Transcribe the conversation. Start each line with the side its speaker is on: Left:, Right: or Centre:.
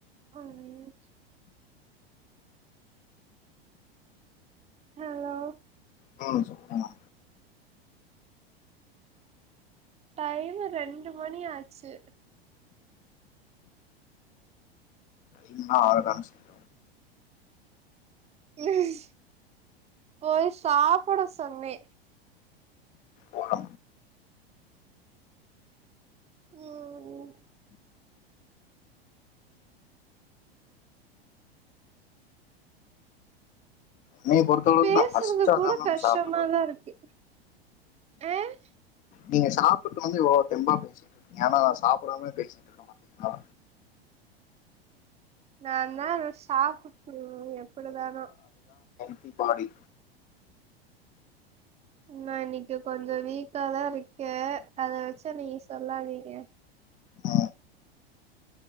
Right: உஹம். ஹலோ.
Left: ஹ சொல்லுங்கம்மா
Right: டைம் ரெண்டு மணி ஆச்சு
Left: இன்னா ஆறுதானு சொல்ல
Right: உம் போய் சாப்பிட சொன்னே
Left: போற
Right: ஹம்.
Left: என்னைய பொறுத்தளவுக்கு
Right: பேசுறது
Left: நா பசிச்சா
Right: கூட
Left: தா மேம்
Right: கஷ்டமாதான்
Left: சாப்புடுவே
Right: இருக்கு ஹம்
Left: நீங்க சாப்புட்டு வந்து இவ்ளோ தெம்பா பேசிட்டுருக்கீங்க ஏனா சாப்படாம பேசிட்டுருக்கோ பாத்தீங்ளா
Right: நான் தா சாப்புட்டு எப்பிடிதானோ
Left: தி பாடி
Right: நா இன்னிக்கு கொஞ்சோ வீக்காதாருக்கே அத வெச்சு நீ சொல்லாதீங்க
Left: ஆ